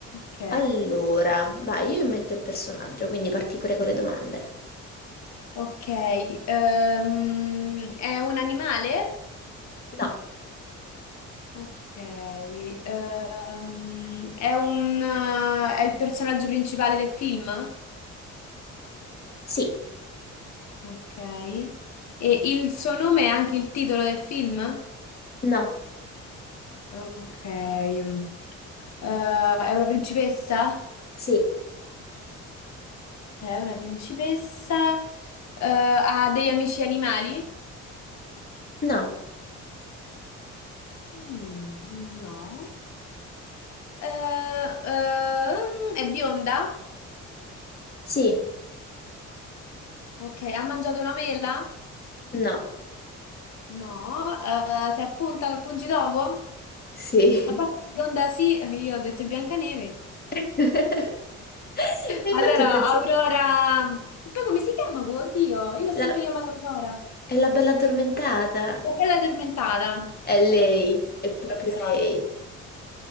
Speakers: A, on the left; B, on the left.
A: Ok,
B: Allora, vai, io invento il personaggio, quindi parti pure con le domande.
A: ok. ehm, è un animale?
B: No,
A: Ok, ehm, è un, eh, è il personaggio principale del film?
B: sì,
A: Ok, e il suo nome è anche il titolo del film?
B: no,
A: Ok, ehm, Eh, è una principessa?
B: sì,
A: È una principessa, Eh, ha degli amici animali?
B: no,
A: Mm, no. Eh, ehm, è bionda?
B: sì,
A: Ok, ha mangiato una mela?
B: no,
A: No. Eh, si è appunta al pungitopo?
B: sì.
A: La parte bionda sì, eh, io ho detto Biancaneve.
B: <laughs> E Infatti
A: Allora,
B: ho pensato,
A: Aurora... E poi come si chiama? Oddio, io l'ho sempre
B: la-
A: chiamata Aurora.
B: è la bella addormentata,
A: La bella addormentata.
B: è lei, è proprio
A: Esatto.
B: lei.